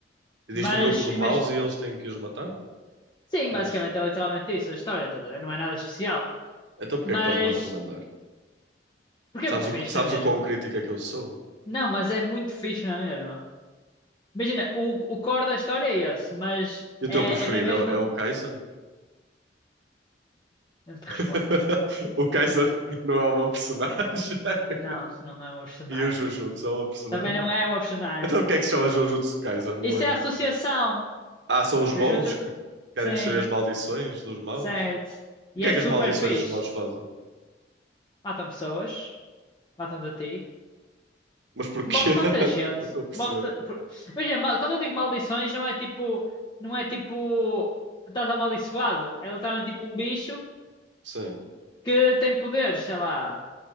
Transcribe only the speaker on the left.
Mas,
imagina,
sim,
basicamente
é literalmente isso, a história toda, não é nada especial.
Mas
Porque é
muito fixe,
não é mesmo?
Não, mas é muito fixe, não é mesmo? Imagina, o, o core da história é esse, mas
é,
é na mesma.
Não te
respondo.
Não, não é uma personagem.
Também não é uma personagem.
Isso
é associação.
Jujutsu.
Sim,
certo. E
é
super
fixe.
Matam pessoas, matam-te a ti.
Tipo, Morre tanta
gente.
Morre ta- por- Imagina, ma- quando eu digo maldições, não é tipo. Não é tipo. Estás amaldiçoado. É literalmente tipo um bicho
que tem poderes, sei lá,